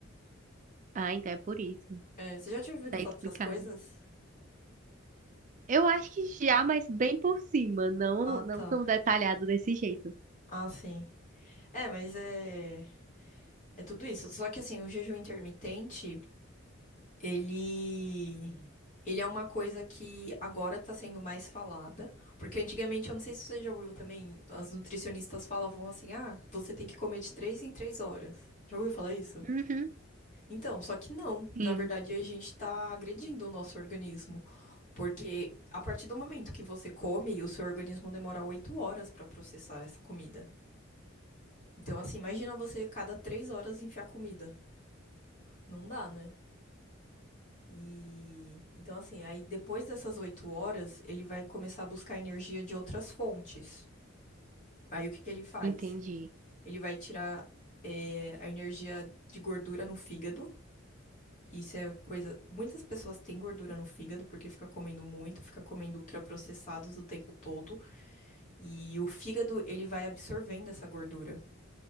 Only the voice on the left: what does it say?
É, você já tinha ouvido
falar
essas coisas?
Ah,
tá.
Ah, sim. É, mas é, é tudo isso. Só que assim, o jejum intermitente, ele ele é uma coisa que agora tá sendo mais falada, porque antigamente, eu não sei se você já ouviu também, as nutricionistas falavam assim: "Ah, você tem que comer de três em três horas". Já ouviu falar isso?
Então, só que não.
Na verdade, a gente está agredindo o nosso organismo, porque a partir do momento que você come, o seu organismo demora oito horas para processar essa comida. Então, assim, imagina você cada três horas enfiar comida. Não dá, né? E então, assim, aí depois dessas oito horas, ele vai começar a buscar energia de outras fontes. Aí o que que ele faz?
Ele vai tirar eh, a energia de gordura no fígado Isso é coisa. Muitas pessoas têm gordura no fígado porque fica comendo muito, fica comendo ultraprocessados o tempo todo. E o fígado, ele vai absorvendo essa gordura.